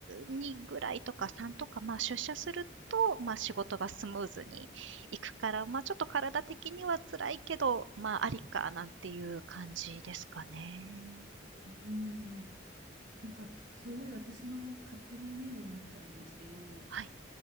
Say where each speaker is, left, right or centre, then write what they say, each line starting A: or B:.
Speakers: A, on the right (about 75°); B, on the right (about 55°).
A: 2ぐらいとか3とか、まあ、出社すると、まあ、仕事がスムーズにいくから、まあ、ちょっと体的には辛いけど、まあ、ありかなんていう感じですかね。
B: うんうんなんか、すごい私の勝手なイメージになっちゃうんですけど、
A: はい。